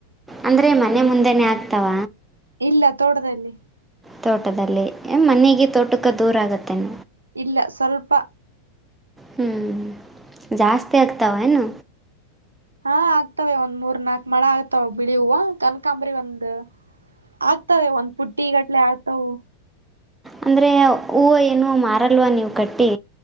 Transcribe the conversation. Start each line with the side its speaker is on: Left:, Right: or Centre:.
Centre: ಅಂದ್ರೆ ಮನೆ ಮುಂದೆನೆೇ ಆಗ್ತಾವ
Right: ಇಲ್ಲ ತೋಟದಲ್ಲಿ
Centre: ತೋಟದಲ್ಲಿ
Right: ಹ್ಮ್
Centre: ಮನೆಗೆ ತೋಟಕ್ಕೆ ದೂರ ಆಗುತ್ತೆನ್
Right: ಇಲ್ಲ ಸ್ವಲ್ಪ
Centre: ಹ್ಞೂ ಜಾಸ್ತಿ ಆಗ್ತಾವ ಏನು
Right: ಹಾ ಆಗ್ತಾವ ಒಂದ್ ಮೂರ್ ನಾಲ್ಕ್ ಮಳ ಆಗ್ತಾವ ಬಿಳಿ ಹೂ ಕನಕಾಂಬ್ರಿ ಒಂದ್ ಆಗ್ತಾವ ಒಂದ್ ಪುಟ್ಟಿ ಗಟ್ಲೆ ಆಗ್ತವು
Centre: ಅಂದರೆ ಹೂವು ಏನು ಮಾರಲ್ವ ನೀವು ಕಟ್ಟಿ